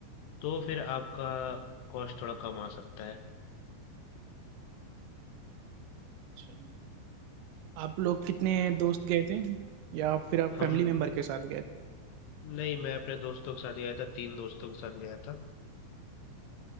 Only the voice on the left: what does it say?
तो फिर आपका कॉस्ट थोड़ा कम आ सकता है
हम
लोग
नहीं मैं अपने दोस्तों के साथ गया था तीन दोस्तों के साथ गया था